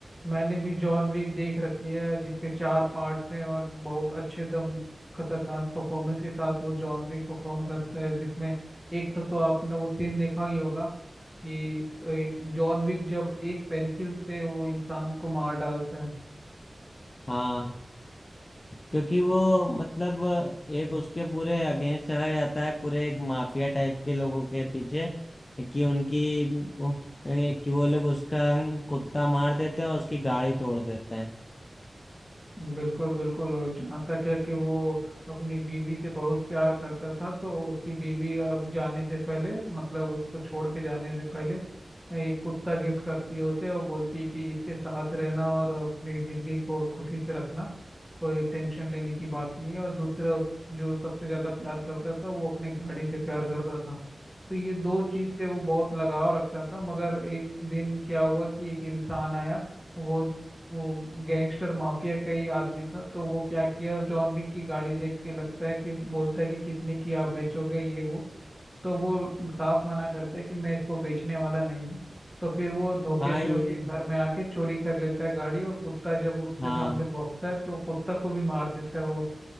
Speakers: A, in the centre; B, on the left.
A: मैंने भी जॉन विक देख रखी है जिसके चार पार्ट्स हैं और बहुत अच्छे दम खतरनाक परफॉर्मेंस के साथ वो जॉन विक परफॉर्म करता है जिसमें एक तो, तो आपने वो सीन देखा ही होगा कि ए, जॉन विक जब एक पेंसिल से वो इंसान को मार डालता है
B: हाँ क्योंकि वो मतलब एक उसके पूरे अगेंस्ट चला जाता है पूरे एक माफिया टाइप के लोगों के पीछे कि उनकी वो- ए, कि वो लोग उसका कुत्ता मार देते हैं और उसकी गाड़ी तोड़ देते हैं
A: बिल्कुल बिल्कुल और जहाँ तक है कि वो अपनी बीवी से बहुत प्यार करता था तो उसकी बीवी अब जाने से पहले मतलब उसको छोड़ के जाने से पहले एक कुत्ता गिफ्ट करती है उसे और बोलती है कि इसके साथ रहना और अपनी जिंदगी को खुशी से रखना कोई टेंशन लेने की बात नहीं है और दूसरा उस- जो सबसे ज्यादा प्यार करता था वो अपने गाड़ी से प्यार करता था तो ये दो चीज से वो बहुत लगाव रखता था मगर एक दिन क्या हुआ कि एक इंसान आया वो वो गैंगस्टर माफिया का ही आदमी था तो वो क्या किया जॉन विक की गाड़ी देख के लगता है कि बोलता है कि कितने की आप बेचोगे ये वो तो वो साफ मना करता है कि मैं इसको बेचने वाला नहीं हूँ तो फिर वो धोखे
B: हाँ
A: से
B: ये
A: उसके घर में आके चोरी कर लेता है गाड़ी और कुत्ता जब उसके
B: हाँ
A: सामने भौंकता है तो कुत्ता को भी मार देता है वो